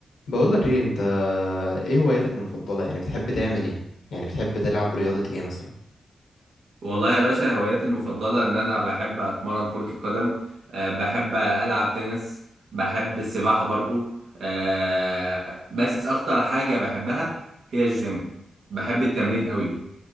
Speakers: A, on the left; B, on the right.
A: بقول لك ايه انت ايه هواياتك المفضله يعني بتحب تعمل ايه يعني بتحب تلعب رياضه ايه مثلا
B: والله يا باشا هواياتي المفضلة إن أنا بحب أتمرن كرة القدم أه بحب ألعب تنس بحب السباحة برضو أه بس أكتر حاجة بحبها هي الجيم بحب التمرين قوي